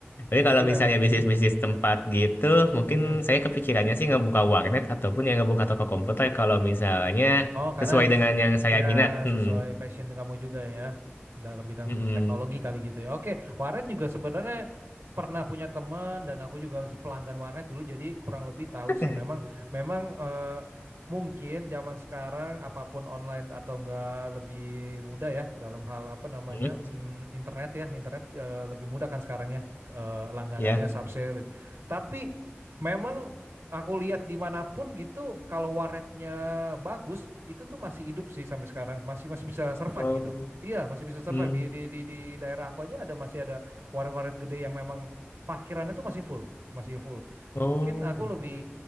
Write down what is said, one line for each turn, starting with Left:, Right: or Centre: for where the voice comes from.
Left: Tapi
Right: mungkin
Left: kalau misalnya
Right: memang, hmm,
Left: bisnis-bisnis tempat gitu, mungkin
Right: mm,
Left: saya kepikirannya sih ngebuka warnet ataupun yang ngebuka toko komputer kalau misalnya
Right: Oh, karena
Left: sesuai dengan yang saya
Right: ya
Left: minat. Hmm.
Right: sesuai passion kamu juga ya dalam bidang
Left: Mm-mm.
Right: teknologi kali gitu ya. Oke, warnet juga sebenarnya pernah punya teman dan aku juga pelanggan warnet dulu jadi kurang lebih tahu
Left: <laughs>
Right: sih. Memang memang eh, mungkin zaman sekarang apapun online atau enggak lebih mudah ya dalam hal apa namanya
Left: Hmm.
Right: mm, internet ya. Internet eh, lebih mudah kan sekarang ya eh, langganannya
Left: Ya.
Right: subsale itu. Tapi memang Aku lihat dimanapun gitu, kalau warnetnya bagus, itu tuh masih hidup sih sampai sekarang, masih masih bisa survive
Left: Oh.
Right: gitu. Iya, masih bisa survive
Left: Hmm.
Right: di di di, di daerah aku aja ada masih ada warnet-warnet gede yang memang parkirannya tuh masih full, masih full.
Left: Oh.
Right: Mungkin aku lebih